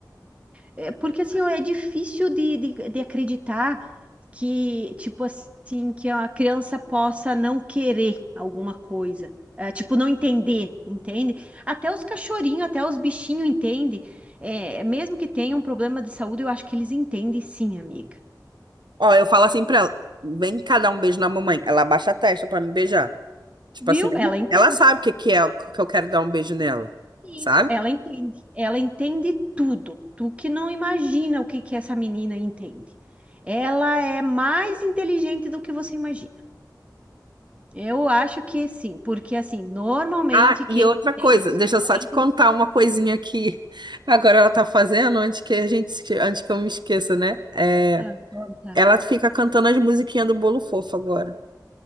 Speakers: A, on the right; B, on the right.
A: É porque assim, ó, é difícil de, de, de acreditar que, tipo assim, que a criança possa não querer alguma coisa. É, tipo, não entender, entende? Até os cachorrinhos, até os bichinhos entendem. É, mesmo que tenham um problema de saúde, eu acho que eles entendem sim, amiga.
B: Ó, eu falo assim pra ela, vem cá dar um beijo na mamãe. Ela abaixa a testa pra me beijar. Tipo
A: Viu?
B: assim,
A: Ela entende
B: ela sabe que que é que eu quero dar um beijo nela,
A: isso,
B: sabe?
A: ela entende. Ela entende tudo. Tu que não imagina o que que essa menina entende. Ela é mais inteligente do que você imagina. Eu acho que sim, porque assim, normalmente
B: Ah,
A: quem
B: e outra coisa,
A: tem isso
B: deixa
A: é
B: eu só te
A: inteligente.
B: contar uma coisinha que agora ela tá fazendo, antes que a gente, esque- antes que eu me esqueça, né? É,
A: Ah, bom, tá.
B: ela fica cantando as musiquinhas do Bolo Fofo agora.